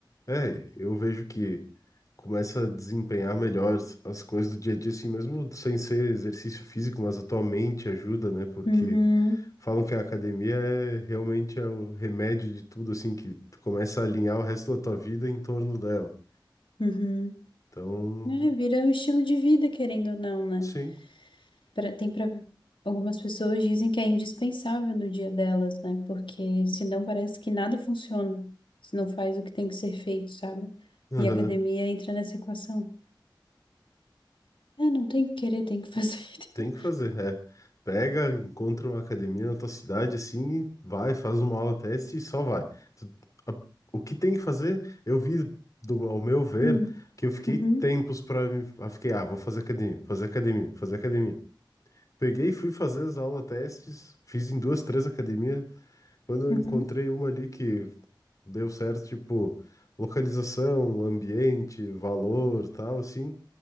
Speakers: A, on the left; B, on the left.
A: É, eu vejo que começa a desempenhar melhor as as coisas do dia a dia, assim, mesmo sem ser exercício físico, mas a tua mente ajuda, né? Porque
B: Uhum,
A: falam que a academia é realmente é o remédio de tudo, assim, que tu começa a alinhar o resto da tua vida em torno dela.
B: uhum.
A: Então,
B: É, vira um estilo de vida, querendo ou não, né?
A: sim.
B: pra- tem para algumas pessoas dizem que é indispensável no dia delas, né? Porque senão parece que nada funciona, se não faz o que tem que ser feito, sabe?
A: Aham.
B: E a academia entra nessa equação. É, não tem que querer, tem que fazer. <laughs> entendeu?
A: Tem que fazer, é. Pega, encontra uma academia na tua cidade, assim, vai, faz uma aula teste e só vai. Tu- a- O que tem que fazer, eu vi, do, ao meu ver,
B: Hum,
A: que eu fiquei
B: uhum,
A: tempos para me. ah, Fiquei, ah, vou fazer academia, fazer academia, fazer academia. Peguei e fui fazer as aulas testes, fiz em duas, três academias. Quando
B: uhum,
A: eu encontrei uma ali que deu certo, tipo, localização, ambiente, valor, tal, assim.